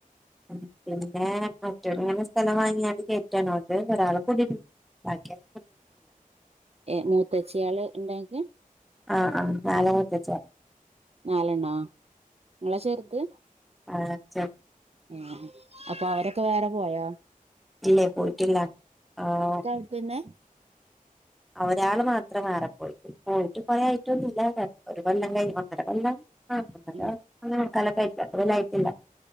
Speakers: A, in the centre; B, on the right (about 45°).
A: ഉം പിന്നെ മറ്റുള്ളോരെ സ് സ്ഥല വാങ്ങിയാണ് കേറ്റാണോ അത് ഒരാള് <unintelligible> ബാക്കിയാരൊ
B: ഏ മൂത്തച്ചിയാള് ഇണ്ടോ അനക്ക്
A: ആ ആ നാല് മുത്തച്ഛിയാള്
B: നാലെണ്ണൊ ഇങ്ങളാ ചെറുത്
A: ആ ചെ
B: ഏ അപ്പൊ അവരൊക്കെ വേറെ പോയോ
A: ഇല്ലേ പോയിട്ടില്ല ആഹ്
B: ഒക്കെ അവിടെതന്നെ
A: ആ ഒരാള് മാത്രം വേറെ പോയി പോയിട്ട് കൊറേ ആയിട്ടൊന്നുല്ല കെ ഒരു കൊല്ലം കഴിഞ്ഞ് ഒന്നര കൊല്ലം ആ ഒന്നര
B: ഏഹ്
A: ഒന്നേ മുക്കാലൊക്കെ ആയി രണ്ട് കൊല്ലം ആയിട്ടില്ല